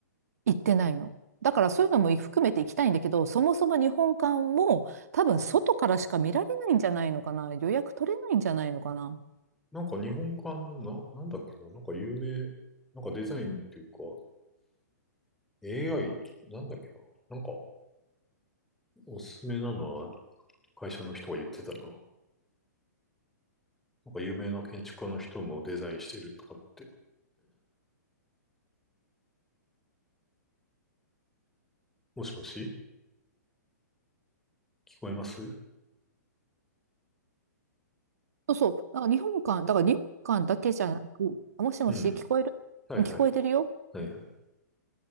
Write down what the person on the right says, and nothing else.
行ってないの。だからそういうのも含めて行きたいんだけど、そもそも日本館も多分外からしか見られないんじゃないのかな。予約取れないんじゃないのかな。
そうそう。だから日本館、だから日本館だけじゃなく、あもしもし聞こえるうん聞こえてるよ。